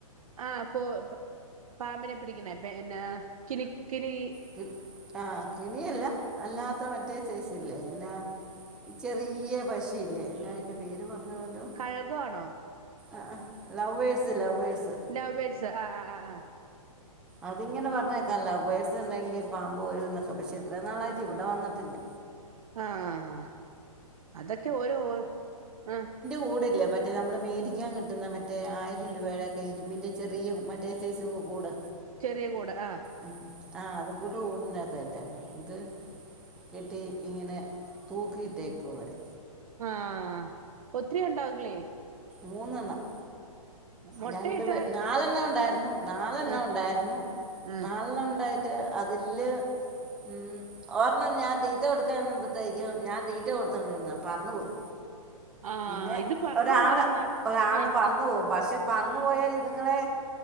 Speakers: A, on the right; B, in the centre.
A: ആ കൊ പാമ്പിനെ പിടിക്ന്ന പിന്നെ കിലി കിലി
B: കി ആഹ് കിണിയല്ല അല്ലാത്ത മറ്റ് റ്റേ സയ്‌സല്ലേ എന്നാ ചെറിയ പശിയില്ലേ എന്നാ എന്റെ അയ്‌ന്റെ പേര് പറഞ്ഞല്ലോ
A: കഴുക് ആണോ
B: ആഹ് അഹ് ലവ്വേഴ്സ് ലവ്വേഴ്സ്
A: ലൗ ബേട്സ് ആഹ് ആഹ് ആഹ്
B: അതിങ്ങനെ പറഞ്ഞേക്കാ ലൗ ബെഡ്സ് ഇണ്ടെങ്കിൽ പാമ്പ് വരുന്നൊക്കെ പക്ഷേ ഇത്രയും നാളായിട്ട് ഇവിടെ വന്നട്ടില്ല
A: ആഹ് അതൊക്കെ ഓരോ ആ
B: കൂടില്ല മറ്റേ നമ്മള് മേടിക്കാൻ കിട്ടുന്ന മറ്റേ ആയിരം രൂപയുടക്കെ ഇരുമ്പിന്റെ ചെറിയ മറ്റ മറ്റേ സെയ്‌സ് കൂട്
A: ചെറിയ കൂട് ആ
B: ഉം ആ് അത കൂട്ട ഓടിത്തായിട്ട അത് കിട്ടി ഇങ്ങനെ തൂക്കിയിട്ടേക്ക് അവരെ
A: ആഹ് ഒത്തിരി ഉണ്ടാവില്ലേ
B: മൂന്നെണ്ണം
A: മുട്ടയിട്ട
B: രണ്ട് പേ നാലെണ്ണണം ഉണ്ടായിരുന്നു നാലെണ്ണ
A: ആഹ്
B: ഉണ്ടായിരുന്നു
A: ആഹ്
B: നാലെണ്ണം ഉണ്ടായിട്ട് അതില് ഉം ഓരെണ്ണം ഞാൻ തീറ്റ കൊടുക്കാൻമ്പത്തേക്കും ഞാൻ തീറ്റ കൊടുത്തോണ്ടിരുന്ന പറന്നു പോയി
A: <inaudible>
B: പിന്നെ
A: ഇത് പറന്നു
B: ഒരാള്
A: പോവൂലന്നാ
B: ഒരാണ്
A: ആഹ്
B: പറന്നു പോകും പക്ഷെ പറഞ്ഞു പോയാൽ ഇതുങ്ങളെ